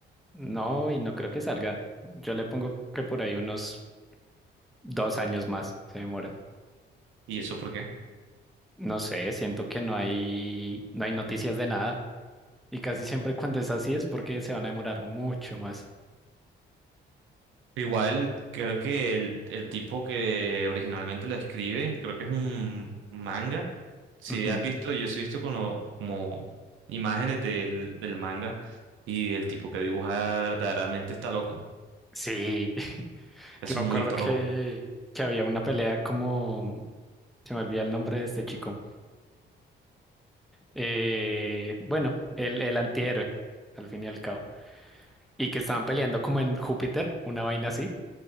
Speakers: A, in the centre; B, on the right.
A: No, y no creo que salga. Yo le pongo que por ahí unos dos años más se demora.
B: ¿Y eso por qué?
A: No sé, siento que no hay, no hay noticias de nada. Y casi siempre cuando es así es porque se van a demorar mucho más.
B: Igual creo que el, el tipo que originalmente lo escribe, creo que es un manga. Si
A: Ujú.
B: has visto, yo sí he visto como, como imágenes del, del manga y el tipo que dibuja verdaderamente está loco.
A: Sí, <laughs>
B: Es
A: yo me
B: muy
A: acuerdo
B: pro.
A: que, que había una pelea como... Se me olvida el nombre de este chico. eh, bueno, el, el antihéroe, al fin y al cabo. Y que estaban peleando como en Júpiter, una vaina así,